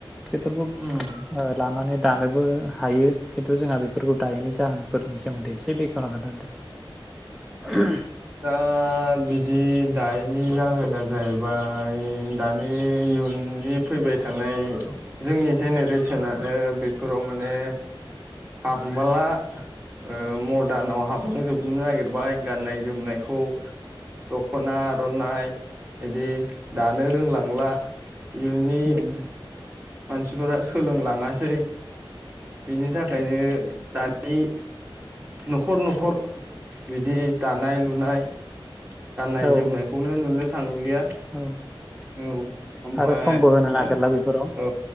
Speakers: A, in the centre; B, on the right.
A: बेफोरखौ
B: उम
A: ओह लानानै दानोबो हायो खिन्थु जोंहा बेफोरखौ दायैनि जाहोनफोरनि सोमोन्दै एसे बेखेवना खोन्थादो दे
B: दा बिदि दायनि जाहोना जाहैबाय दानि इयुननि फैबाय थानाय जोंनि जेनेरेसनानो बेफोराव माने हाबमाला ओ मडार्नाव हाबलांजोबनो नागिरबाय गाननाय जोमनायखौ दखना आरनाइ बिदि दानो रोंलांला इयुननि
A: उम उम
B: मानसिफोरा सो सोलोंलाङासै बिनि थाखायनो दानि नखर नखर बिदि दानाय लुनाय गाननाय
A: औ
B: जोमनायखौनो नुनो थांलिया।
A: औ
B: औ ओमफाय
A: आरो समबो होनो नागिरला
B: आरो
A: बेफोराव
B: औ